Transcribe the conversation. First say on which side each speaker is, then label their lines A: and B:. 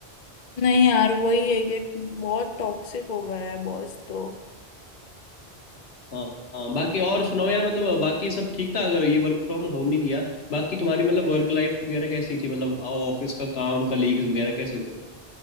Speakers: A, on the left; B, on the left.
A: नहीं यार वही है ये बहुत टॉक्सिक हो गया है बॉस तो
B: हाँ हाँ बाकी और सुनाओ यार मतलब बाकी सब ठीक था अगर ये वर्क फ्रॉम होम नहीं दिया बाकी तुम्हारी मतलब वर्क लाइफ वगैरह कैसी थी मतलब ऑफिस का काम कलीग्स वगैरह कैसे थे